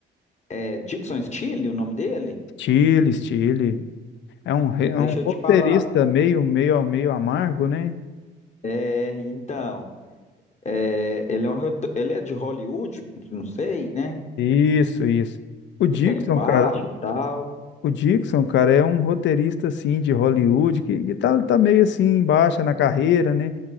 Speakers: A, on the left; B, on the left.
A: é Dixon Steele, o nome dele?
B: Steele, Steele. É um, re- é um
A: Deixa eu
B: roteirista
A: te falar.
B: meio, meio, meio amargo, né?
A: É, então. É, ele é um reto- ele é de Hollywood, não sei, né?
B: Isso, isso. O Dixon,
A: Que tá embaixo
B: cara,
A: e tal.
B: o Dixon, cara, é um roteirista, assim, de Hollywood, que, que tá, tá meio, assim, em baixa na carreira, né?